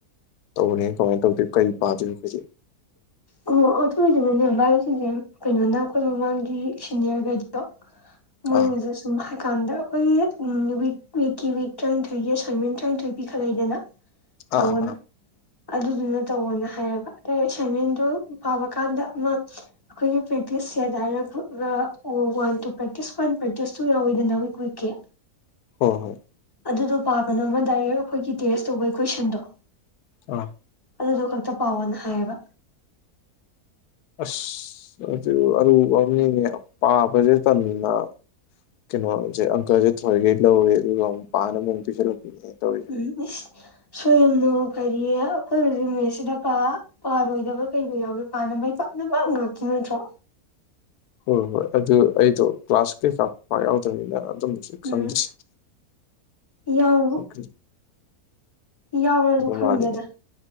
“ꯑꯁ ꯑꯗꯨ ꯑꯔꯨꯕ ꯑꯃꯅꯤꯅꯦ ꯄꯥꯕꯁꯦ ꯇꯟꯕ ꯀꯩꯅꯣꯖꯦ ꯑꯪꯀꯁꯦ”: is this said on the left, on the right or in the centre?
Left